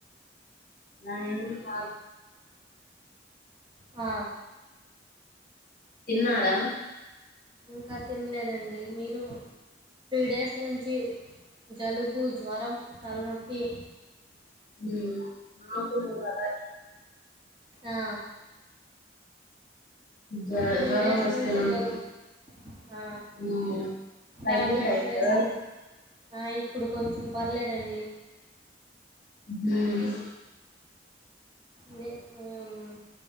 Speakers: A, on the left (about 50°); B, on the right (about 30°).
A: నా ఏం కాదు <inaudible>
B: ఆ
A: తిన్నారా
B: ఇంకా తిన్లేదండి మీరు త్రీ డేస్ నుంచి జలుబు జ్వరం తలనొప్పి
A: మ్మ్ మాకు అలాగే
B: ఆ
A: జ
B: త్రీ
A: జ్వరం
B: డేస్
A: వస్తే
B: నుంచి
A: నాకు
B: జలుబు ఆ
A: మ్మ్. తగ్గిందా
B: టాబ్లెట్స్
A: ఇప్పుడు
B: వేసుకుం ఆ ఇప్పుడు కొంచెం పర్లేదండి
A: మ్మ్
B: మీ మ్మ్